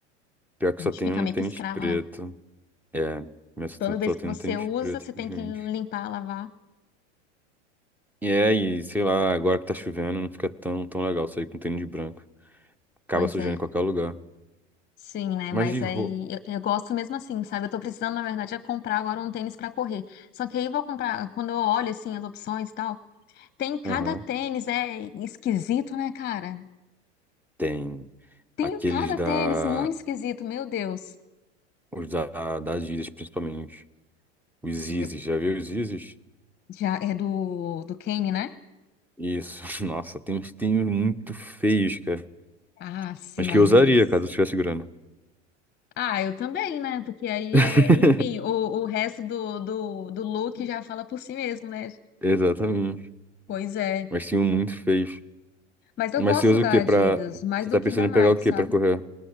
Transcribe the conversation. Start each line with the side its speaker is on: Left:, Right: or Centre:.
Centre: Pior que
Left: A
Centre: só
Left: gente
Centre: tem
Left: fica
Centre: um
Left: meio
Centre: tênis
Left: que escravo,
Centre: preto.
Left: né?
Centre: É, mas só
Left: Toda
Centre: tem
Left: vez
Centre: só
Left: que
Centre: tem
Left: você
Centre: um tênis
Left: usa,
Centre: preto,
Left: você tem
Centre: gente.
Left: que limpar, lavar.
Centre: E é, e sei lá, agora que tá chovendo, não fica tão, tão legal sair com tênis branco. Acaba
Left: Pois
Centre: sujando
Left: é.
Centre: em qualquer lugar.
Left: Sim, né?
Centre: Mas
Left: Mas
Centre: de
Left: aí
Centre: roupa,
Left: eu, eu gosto mesmo assim, sabe? Eu tô precisando, na verdade, é comprar agora um tênis pra correr. Só que aí eu vou comprar, quando eu olho assim as opções e tal, tem cada
Centre: aham,
Left: tênis, é esquisito, né, cara?
Centre: tem
Left: Tem
Centre: aqueles
Left: cada
Centre: da,
Left: tênis muito esquisito, meu Deus.
Centre: os da, da Adidas, principalmente. Os
Left: É,
Centre: Yeezys, já viu os Yeezys?
Left: já é do, do Kanye, né?
Centre: Isso, <laughs> nossa, tem uns tênis muito feios, cara.
Left: Ah, sim,
Centre: Mas que
Left: ai,
Centre: eu usaria
Left: mas.
Centre: caso eu tivesse grana.
Left: Ah, eu também, né? Porque aí
Centre: <laughs>
Left: é. Enfim, o, o resto do, do, do look já fala por si mesmo, né?
Centre: Exatamente.
Left: Pois é.
Centre: Mas tinham muito feios.
Left: Mas eu
Centre: Mas
Left: gosto
Centre: você usa
Left: da
Centre: o quê
Left: Adidas,
Centre: pra.
Left: mais
Centre: Você
Left: do
Centre: tá
Left: que
Centre: pensando
Left: da Nike,
Centre: em pegar o quê
Left: sabe?
Centre: pra correr?